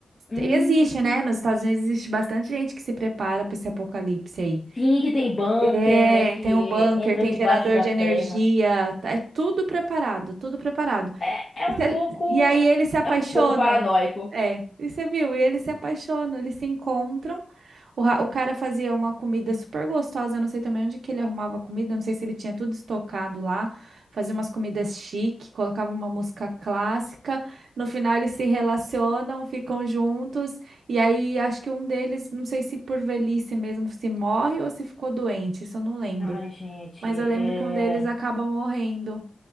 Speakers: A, on the left; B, on the right.
A: Hum,
B: Existe, né? Nos Estados Unidos existe bastante gente que se prepara para esse apocalipse aí.
A: sim, que tem bunker,
B: É,
A: que
B: tem o bunker,
A: entra
B: tem
A: debaixo
B: gerador
A: da
B: de
A: terra.
B: energia, tá- é tudo preparado, tudo preparado.
A: É, é
B: E
A: um
B: cê-
A: pouco,
B: e aí eles se apaixonam.
A: é um pouco paranoico.
B: É, e você viu? E eles se apaixonam, eles se encontram. O, ra- o cara fazia uma comida super gostosa. Eu não sei também onde que ele arrumava a comida. eu Não sei se ele tinha tudo estocado lá. Fazia umas comidas chique, colocava uma música clássica. No final eles se relacionam, ficam juntos. E aí acho que um deles, não sei se por velhice mesmo, se morre ou se ficou doente. Isso eu não lembro.
A: Ai, gente,
B: Mas eu lembro
A: é.
B: que um deles acaba morrendo.